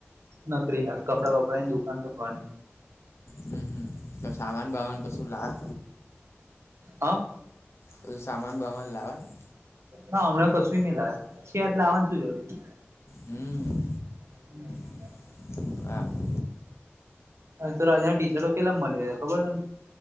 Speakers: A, on the right (about 80°); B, on the left (about 80°).
A: નોકરી ના કપડા વાપડા ક દુકાન તો કો ન
B: હમ હમ તો સામાન બામાન કશું લાવે
A: હા.
B: તો સામાન બામાન લાવવાનું
A: હા હમણાં કશું નહી લાવે <unintelligible> લાવવાનું શું જરૂર છે.
B: હમ્મ.
A: <inaudible>
B: બરાબર.
A: તો રાજા ટીચરો કેટલા મળી ખબર તને.